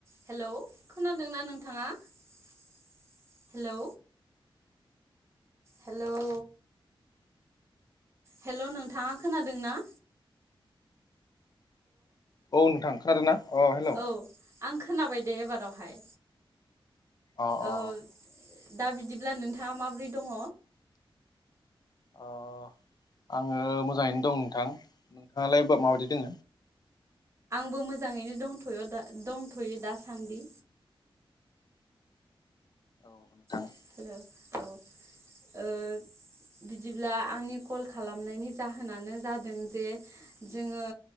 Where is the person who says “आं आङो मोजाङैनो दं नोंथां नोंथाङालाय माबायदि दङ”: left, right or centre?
Left